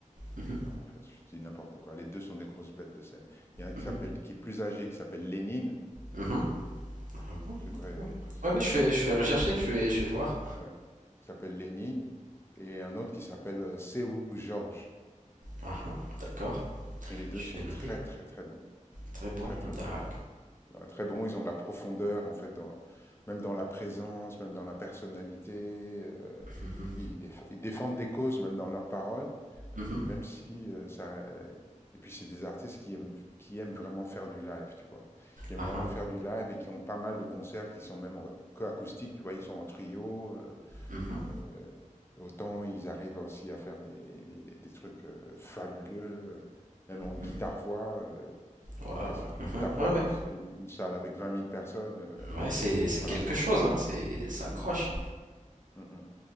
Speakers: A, on the right; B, on the left.
A: mhm,
B: Non, en fait, je dis n'importe quoi. Les deux sont des grosses bêtes de scène. Il y en a un qui
A: mhm,
B: s'appelle, qui est plus âgé, qui s'appelle Lénine.
A: mhm. Ah bon?
B: Tu devrais, tu
A: Ouais,
B: devrais
A: ouais, je
B: essayer
A: fais,
B: de,
A: je fais
B: de-
A: rechercher, je vais, je vais voir.
B: ouais. Qui s'appelle Lénine. Et un autre qui s'appelle euh, Seu Jorge.
A: Ah, ah, d'accord,
B: Et les deux
A: je
B: sont
A: vais
B: très,
A: noter.
B: très, très bons.
A: Très bon,
B: Très, très,
A: d'accord.
B: très bons. Ouais, très bon ils ont de la profondeur en fait, dans, même dans la présence, même dans la personnalité. euh,
A: Mhm,
B: ils, déf- ils défendent des causes même dans leurs paroles,
A: mhm,
B: même si euh, ça. Et puis c'est des artistes qui aiment, qui aiment vraiment faire du live, tu vois, qui aiment
A: ah,
B: vraiment
A: ah,
B: faire du live et qui ont pas mal de concerts qui sont même en- que acoustiques, tu vois, ils sont en trio. euh,
A: mhm,
B: euh, autant ils arrivent aussi à faire des, des- des- des trucs euh, fabuleux, euh, même en guitare-voix.
A: mhm.
B: euh,
A: Waouh.
B: tu vois, ils- en
A: mhm.
B: guitare-voix
A: Ouais, ouais.
B: dans une, une salle avec vingt mille personnes, euh,
A: Ouais,
B: pff,
A: c'est, c'est
B: voilà
A: quelque
B: quoi.
A: chose, hein. C'est, ça accroche.
B: Hum, hum, hum, hum, hum.